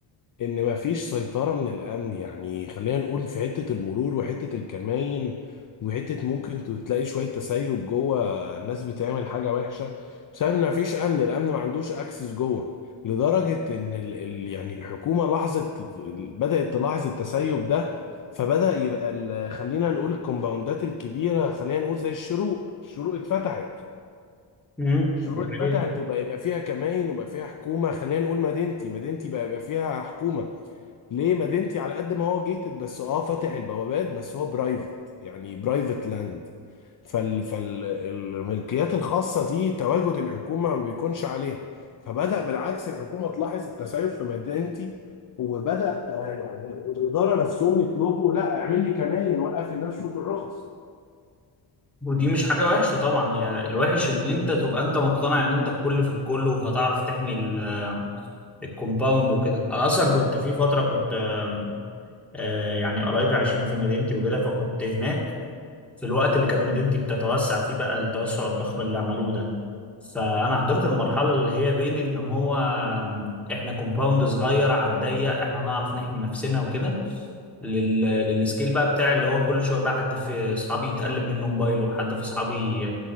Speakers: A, on the left; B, in the centre.
A: ان مفيش سيطرة من الامن يعني خلينا نقول في حتة المرور وحتة الكماين وحتة ممكن تلاقي شوية تسيب جوه الناس بتعمل حاجة وحشة بسبب ان مفيش امن الامن ما عندوش اكسس جوه لدرجة ان ال ال يعني الحكومة لاحظت بدأت تلاحظ التسيب ده فبدأ يبقى ال- خلينا نقول الكومباوندات الكبيرة خلينا نقول زي الشروق الشروق اتفتحت
B: امم
A: الشروق
B: دي حقيقة.
A: اتفتحت وبقى يبقى فيها كماين وبقى فيها حكومة خلينا نقول مدينتي مدينتي بقى يبقى فيها حكومة ليه مدينتي على قد ما هو جيتد بس اه فاتح البوابات بس هو برايفت يعني برايفت لاند فال فالملكيات الخاصة دي تواجد الحكومة ما بيكونش عليها فبدأ بالعكس الحكومة تلاحظ التسيب في مدينتي وبدأ آه، يعني الإدارة نفسهم يطلبوا لا اعمل لي كمان وقف لي الناس شوف الرخص
B: ودي مش حاجة وحشة طبعا يعني الوحش ان انت تبقى انت مقتنع ان انت الكل في الكل وهتعرف تحمي ال- الكومباوند وكده انا اصلا كنت في فترة كنت آم، آه، يعني قرايبي عايشين في مدينتي وكده فكنت هناك في الوقت اللي كانت مدينتي بتتوسع فيه بقى التوسع الضخم اللي عملوه ده فانا حضرت المرحلة اللي هي بين ان هو آم، احنا كومباوند صغير على الضيق احنا نعرف نحمي نفسنا وكده لل... للسكيل بقى بتاع اللي هو كل شويه بقى حد في اصحابي يتقلب منه موبايله حد في اصحابي